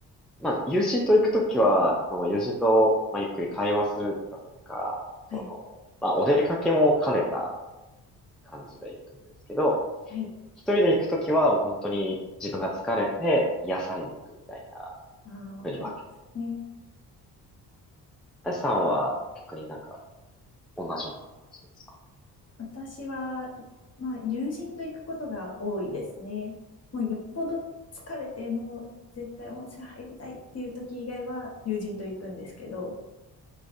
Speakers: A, in the centre; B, on the left (about 35°).
A: まあ友人と行くときは、その友人と、まあ、ゆっくり会話するだとか、
B: はい、
A: その、まあお出かけも兼ねた感じで行くんですけど、
B: はい。
A: 一人で行くときはもう本当に自分が疲れて癒されに行くみたいな
B: ああ、わかりますね。
A: 風に分けて。あやさんは逆になんか同じような感じですか
B: 私は、まあ、友人と行くことが多いですね。もうよっぽど疲れて、もう絶対温泉入りたいっていう時以外は友人と行くんですけど、